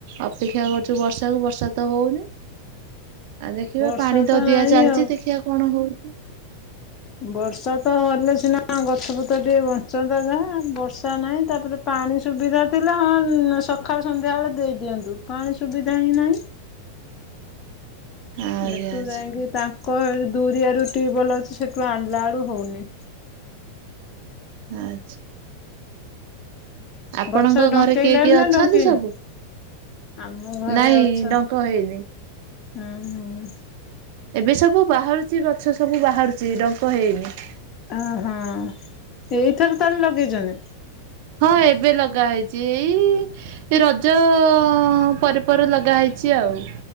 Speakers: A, on the right; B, on the left.
A: ଅପେକ୍ଷା କରୁଛୁ ବର୍ଷାକୁ ବର୍ଷା ତ ହଉନି ଆଉ ଦେଖିବା
B: ବର୍ଷା
A: ପାଣି ତ
B: ନାହିଁ
A: ଦିଆ ଚାଲିଚ
B: ଆଉ।
A: ଦେଖିବା କଣ ହଉଛି।
B: ବର୍ଷା ତ ହେଲେ ସିନା ଗଛପତ୍ର ଟିକେ ବଞ୍ଚନ୍ତା ଯାହା ବର୍ଷା ନାହିଁ ତାପରେ ପାଣି ସୁବିଧା ଥିଲେ ହଁ ସକାଳ ସନ୍ଧ୍ୟାବେଳେ ଦେଇଦିଅନ୍ତୁ ପାଣି ସୁବିଧା ହିଁ ନାହିଁ
A: ଆଜ୍ଞା
B: ଏଠୁ
A: ଆଚ୍ଛା
B: ଯାଇକି ତାଙ୍କ ଦୁରିଆରୁ ଟ୍ୟୁବଲ ଅଛି ସେଠୁ ଆଣିଲା ବେଳୁ ହଉନି
A: ଆଚ୍ଛା ଆପଣଙ୍କ
B: ଗଛ ଡଙ୍କେଇଲାଣି
A: ଘରେ କିଏ କିଏ
B: ନା
A: ଅଛନ୍ତି
B: ଡଙ୍କେଇନି?
A: ସବୁ?
B: ଆମ ଘରେ
A: ନାଇଁ
B: ଅଛ
A: ଡଙ୍କ ହେଇନି।
B: ହୁଁ ହୁଁ
A: ଏବେ ସବୁ ବାହାରୁଛି ଗଛ ସବୁ ବାହାରୁଛି ଡଙ୍କ ହେଇନି
B: ଅହୋ ଏଇଥର ତାହେଲେ ଲଗେଇଛଛନ୍ତି?
A: ହଁ ଏବେ ଲଗା ହେଇଛି ଏଇ ଏ ରଜ ପରେ ପରେ ଲଗା ହେଇଛି ଆଉ